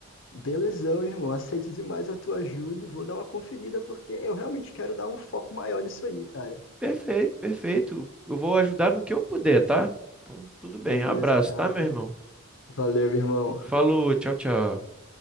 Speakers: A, on the left; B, in the centre.
A: Belezão, irmão. Aceito demais a tua ajuda e vou dar uma conferida porque eu realmente quero dar um foco maior nisso aí, cara.
B: Perfeito, perfeito. Eu vou ajudar no que eu puder, tá? Então, tudo
A: Beleza,
B: bem. Abraço,
A: cara.
B: tá, meu irmão?
A: Valeu, irmão.
B: Falou, tchau, tchau.